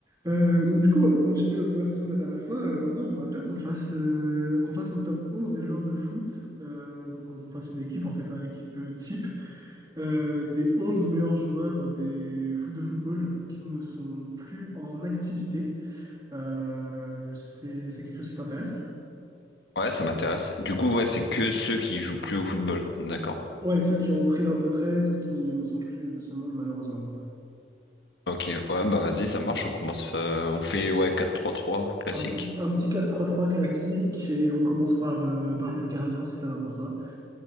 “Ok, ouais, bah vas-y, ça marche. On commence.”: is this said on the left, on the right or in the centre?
Left